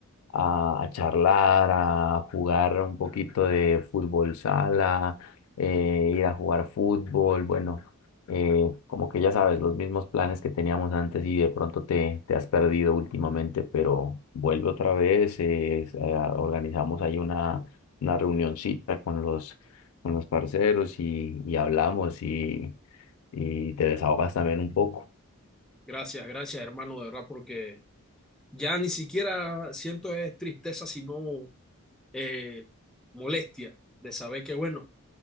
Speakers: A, on the left; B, in the centre.
A: a, a charlar, a jugar un poquito de fútbol sala, eh, ir a jugar fútbol. Bueno, eh, como que ya sabes, los mismos planes que teníamos antes y de pronto te, te has perdido últimamente, pero vuelve otra vez. eh, eh, organizamos ahí una, una reunioncita con los con los parceros y, y hablamos y, y te desahogas también un poco.
B: Gracias, gracias, hermano, de verdad, porque ya ni siquiera siento es tristeza, sino eh, molestia de saber que, bueno,